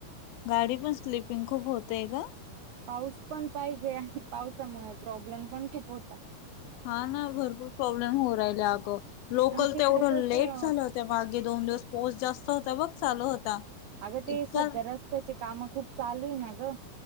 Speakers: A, on the left; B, on the right.
A: गाडी पण स्लिपिंग खूप होतेय गं
B: पाऊस पण पाहिजे आणि पावसामुळे प्रॉब्लेम पण खूप होता
A: हा ना भरपूर प्रॉब्लेम होऊ राहिले अगं, लोकल
B: आमच्या इकडे
A: तेवढ्या
B: तर
A: लेट झालं होत्या मागे दोन दिवस पोस जास्त होता बघ चालू होता
B: अगं ते
A: इतका
B: सध्या रस्त्याचे कामं खूप चालूय ना गं